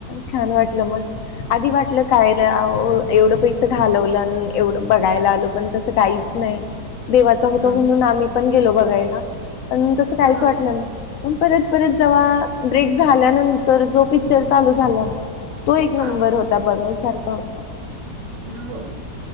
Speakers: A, on the left; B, on the right.
A: छान वाटलं मस् आधी वाटलं कायला एवढं पैस घालवलं एवढं बघायला आल पण तस काही तस नाय देवाचा होत
B: हम्म.
A: म्हणून आम्ही पण गेलो बघायला पण तस काहीच
B: हा
A: वाटलं नाय. पण परत परत जव्हा ब्रेक झाल्यानंतर जो पिक्चर चालू झाला ना तो एक नंबर
B: हा हा
A: होता. बघायसारखा होता.
B: हो.